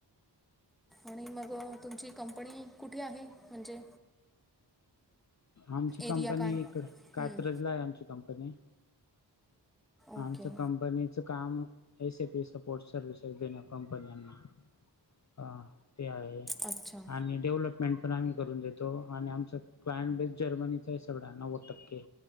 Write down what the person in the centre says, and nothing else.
आणि मग तुमची कंपनी कुठे आहे? म्हणजे
एरिया
काय
हं,
ओके
अच्छा